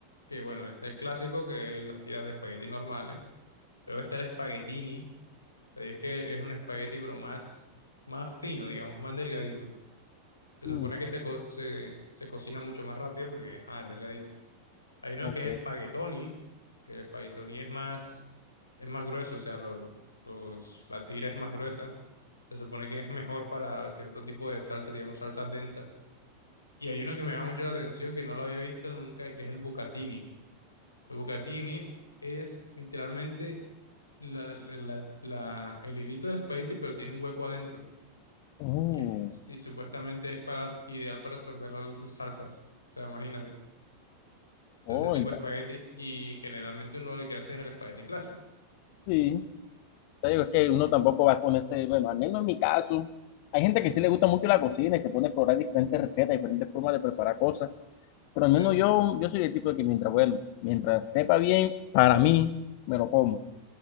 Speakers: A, on the left (about 80°); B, on the left (about 45°).
A: que, bueno, está el clásico que es las tiras de espagueti normales. Luego está el espaguetini, o sea, y es que es un espagueti pero más, más fino, digamos, más delgadito. Se
B: mm,
A: supone que se, co- se, se cocina mucho más rápido porque, ah, es delgadito. Hay uno
B: ok.
A: que es espaguetoni, que el espaguetoni es más, es más grueso, o sea, lo- los, la tira es más gruesa. Se supone que es mejor para cierto tipo de salsa, digamos, salsa densa. Y hay uno que me llama mucho la atención, que no lo había visto nunca, que es el bucatini. El bucatini es literalmente la, la- la- la- el hilito del espagueti, pero tiene un hueco adentro.
B: Uh,
A: Y, es, y supuestamente es para, ideal para absorber las las salsas. O sea, imagínate. Entonces,
B: oh,
A: ese tipo
B: enta-
A: de espagueti. Y generalmente uno lo que hace es el espagueti clásico.
B: sí, te digo, es que uno tampoco va a ponerse, bueno, al menos en mi caso, hay gente que sí le gusta mucho la cocina y se pone a explorar diferentes recetas, diferentes formas de preparar cosas. Pero al
A: Sí,
B: menos yo, yo soy el tipo de que mientras, bueno, mientras sepa bien, para mí, me lo como. O